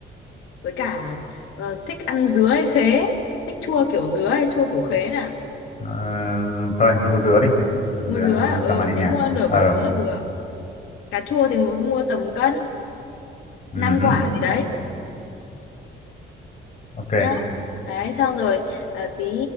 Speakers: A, on the left; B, on the left.
A: với cả ờ, thích ăn dứa hay khế thích chua kiểu dứa hay chua kiểu khế nè
B: Ờ, thôi mua dứa đi dứa
A: mua dứa
B: ăn
A: à? ừ
B: cho nó nhẹ nhàng.
A: thế mua nửa
B: Ờ
A: quả dứa là vừa cà chua thì muốn mua tầm cân
B: ừ,
A: 5 quả gì đấy
B: ok.
A: nhá đấy xong rồi à, tí